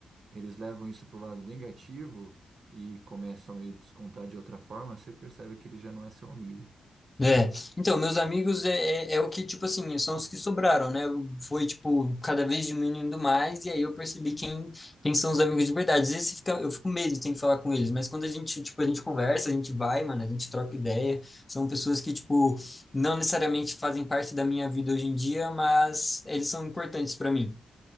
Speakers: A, on the right; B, on the left.
A: eles levam isso pro lado negativo e começam a meio descontar de outra forma, você percebe que ele já não é seu amigo.
B: É, então, meus amigos é, é, é o que, tipo assim, são os que sobraram, né? Eu- Foi, tipo, cada vez diminuindo mais, e aí eu percebi quem, quem são os amigos de verdade. Às vezes fica, eu fico com medo de ter que falar com eles, mas quando a gente, tipo, a gente conversa, a gente vai, mano, a gente troca ideia. São pessoas que, tipo, não necessariamente fazem parte da minha vida hoje em dia, mas eles são importantes pra mim.